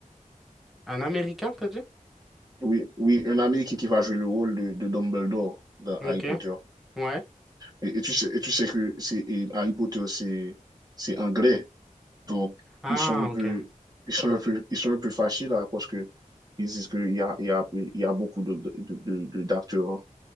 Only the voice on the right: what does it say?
Oui, oui, un Américain qui va jouer le rôle de, de Dumbledore dans Harry
Potter.
Et, et tu sais, et tu sais que c'est, et Harry Potter, c'est, c'est anglais. Donc,
ils sont un peu,
ils sont un peu, ils sont un peu fâchés là parce que ils disent qu'il y a, il y a, il y a beaucoup de, de, de- de- d'acteurs hein,